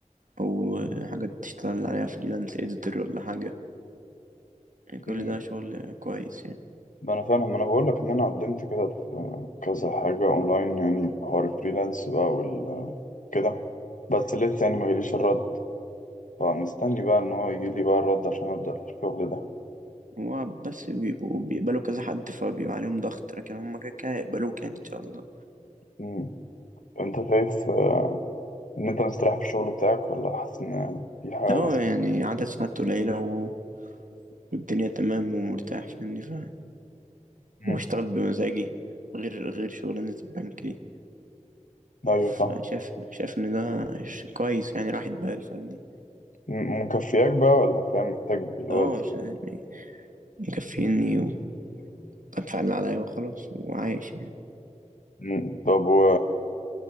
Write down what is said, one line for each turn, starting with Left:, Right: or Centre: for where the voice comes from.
Right: او آه، حاجات تشتغل عليها فريلانس اديتور ولا حاجة يعني كل
Left: أمم،
Right: ده شغل آه، كويس يعني
Left: ما أنا فاهم ما أنا بقول لك إن أنا قدمت كده في كذا حاجة أونلاين يعني في حوار الفريلانس بقى وال كده بس لسه يعني ما جاليش الرد فمستني بقى ان هو يجيلي بقى الرد عشان ابدا في الشغل ده
Right: هو بس بيبقوا بيقبلوا كذا حد فبيبقى عليهم ضغط لكن هم كده كده يقبلوك يعني ان شاء الله
Left: مم. انت شايف آه، ان انت مستريح في الشغل بتاعك ولا حاسس ان في حاجه
Right: اه
Left: مثلا
Right: يعني عدد ساعات قليلة و... والدنيا تمام ومرتاح فاهمني ف
Left: مم.
Right: واشتغل بمزاجي غير غير شغلانة البنك دي
Left: ايوه
Right: فشاف
Left: فاهم
Right: شاف ان ده ش- كويس يعني راحة بال فاهمني
Left: مم، مكفياك بقى ولا فاهم محتاج اللي
Right: اه
Left: هو تزود؟
Right: ش- يعني مكفيني وبدفع اللي عليا وخلاص وعايش يعني
Left: مم. طب و